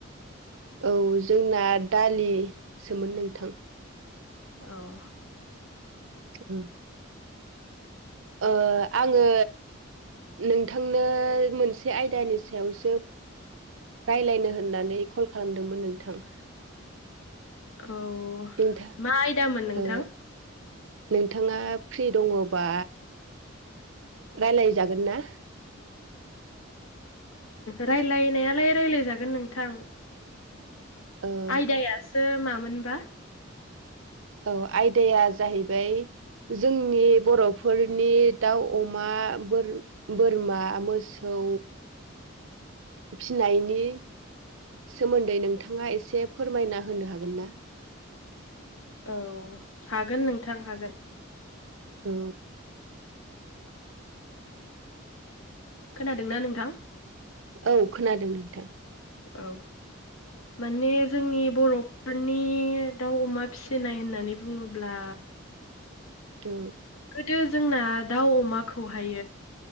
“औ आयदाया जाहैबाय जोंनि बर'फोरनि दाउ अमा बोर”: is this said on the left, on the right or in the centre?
Right